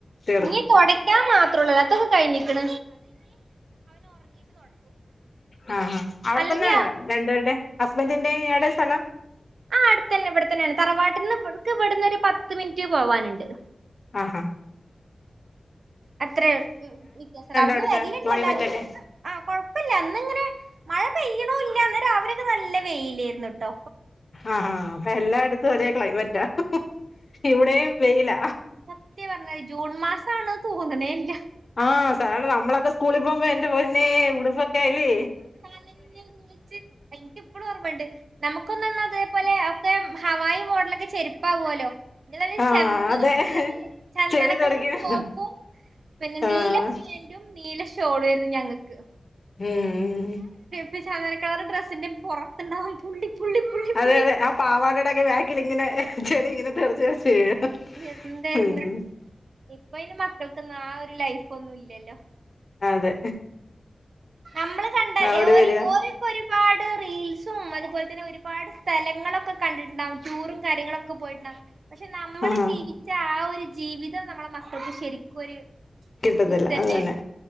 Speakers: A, on the left (about 50°); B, on the right (about 80°).
A: തീർന്നു
B: നീ തുടയ്ക്കാൻ മാത്രമ ഉള്ളൂ അതും കായി നക്കട
A: ആ അവിടെ
B: അല്ലെങ്കി
A: തന്നെയാണ് രണ്ടുപേരുടെ ഹസ്ബന്റിന്റെ ഇയാടെ സ്ഥലം
B: ആ അടുത്ത തന്നെ ഇവിടെത്തന്നെയാണ് തറവാട്ടിൽ നിന്ന് ഇക്ക് ഇവിടുന്ന് ഒരു പത്ത് മിനിറ്റ് പോവാനുണ്ട്.
A: ആഹ് ഹഹ
B: അത്ര വ്യത്യാസ അവിടുന്ന്
A: അവിടുത്തെ
B: വല്ലുണ്ട്
A: ക്ലൈമറ്റ്
B: എല്ലാരും
A: ഒക്കെ
B: ഇപ്പ ആ കൊഴപ്പില്ല അന്നിങ്ങനെ മഴ പെയ്യണോ ഇല്ലന്ന് രാവിലെയൊക്കെ നല്ല വെയിയിലായിരുന്നു കേട്ടോ
A: ആഹ അപ്പൊ എല്ലായിടത്തും ഒരേ ക്ലൈമറ്റാ ഇവിടെയും വെയില
B: സത്യ പറഞ്ഞത് ജൂൺ മാസണ തകന ഇ <unintelligible>
A: ആഹ് സാധാരണ നമ്മളൊക്കെ സ്കൂളിൽ പോകുമ്പോ എന്റെ പൊന്നെ ഉടുപ്പൊക്കെ ആല്ലേ?
B: <unintelligible> എനിക്ക് ഇപ്പോഴും ഓർമ്മുണ്ട് നമുക്കൊന്ന അതേപോലെ ഒക്കെ ഹവായി മോഡലക്ക് ചെരിപ്പാവല്ലോ
A: ആഹ്
B: ചന്ദന
A: അതെ
B: ക ചന്ദന
A: ചെളി തെറിക്കും
B: കർ പോപ്പും പിന്നെ
A: ആഹ്
B: നീല പാൻറും നീല ചോടുമായിരുന്നു ഞങ്ങൾക്ക്
A: ഉം ഉം
B: പക്ഷെചന്ദന കളർ ഡ്രസ്സിന്റെ പൊറത്തുണ്ടാവും പുള്ളി പുള്ളി പുള്ളി
A: അതെ
B: പുള്ളി
A: അതെ ആ പാവടെടെയൊക്കെ ബാക്കിലിങ്ങനെ - ചെളി ഇങ്ങനെ തെറിച്ചു തെറിച്ചു വീഴും
B: എന്തായിരുന്ന്
A: ഉം
B: ഇപ്പൊ ഇന് മക്കൾക്കൊന്നും ആ ഒരു ലൈഫ് ഒന്നും ഇല്ലല്ലോ
A: അതെ
B: നമ്മൾ കണ്ട
A: അവിടെ
B: ഒരു
A: വരിക
B: ഒരുപാട് റീൽസും അതുപോലെ തന്നെ ഒരു- ഒരുപാട് സ്ഥലങ്ങളൊക്കെ കണ്ടിട്ടുണ്ടാവും ടൂറും കാര്യങ്ങളൊക്കെ പോയിട്ടുണ്ടാവും പക്ഷെ നമ്മള്
A: ആഹ്
B: ജീവിച്ച ആ ഒരു- ജീവിതം നമ്മുടെ മക്കൾക്ക് ശരിക്കും ഒരു-
A: കിട്ടത്തില്ല
B: മിസ് തന്നെയാണ്
A: അത് തന്നെ